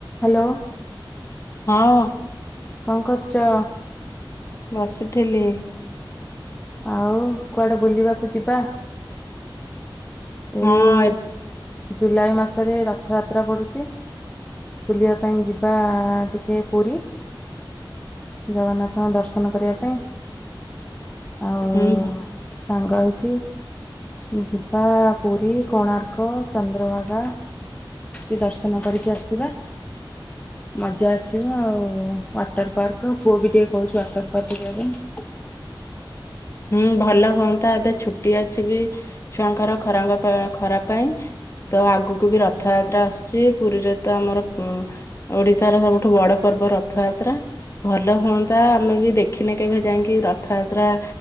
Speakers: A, on the left; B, on the left.
A: Hello
B: ହଁ
A: କଁ କରୁଚ?
B: ବସିଥିଲି।
A: ଆଉ କୁଆଡେ ବୁଲିବାକୁ ଯିବା? ଏଇ
B: ହଁ ଏ
A: ଜୁଲାଇ ମାସରେ ରଥଯାତ୍ରା ପଡ଼ୁଚି ବୁଲିବା ପାଇଁ ଯିବା ଟିକେ ପୁରୀ। ଜଗନ୍ନାଥଙ୍କ ଦର୍ଶନ କରିବା ପାଇଁ। ଆଉ
B: ଏଇଠି
A: ସାଙ୍ଗ ହେଇକି ଯିବା ପୁରୀ, କୋଣାର୍କ, ଚନ୍ଦ୍ରଭାଗା। କି ଦର୍ଶନ କରିକି ଆସିବା। ମଜା ଆସିବ ଆଉ ୱାଟର ପାର୍କ ପୁଅ ବି ଟିକେ କହିଚି ୱାଟର ପାର୍କ ଯିବା ପାଇଁ।
B: ହୁଁ ଭଲ ହୁଅନ୍ତା ଏବେ ଛୁଟି ଅଛି ବି ଛୁଆଙ୍କର ଖରାଙ୍ଗ ପା ଖରା ପାଇଁ। ତ ଆଗକୁ ବି ରଥଯାତ୍ରା ଆସଚି ପୁରୀରେ ତ ଆମର ହୁଁ। ଓଡିଶାର ସବୁଠୁ ବଡ ପର୍ବ ରଥଯାତ୍ରା। ଭଲ ହୁଅନ୍ତା ଆମେ ବି ଦେଖିନେ କେବେ ଯାଇଙ୍କି ରଥଯାତ୍ରା।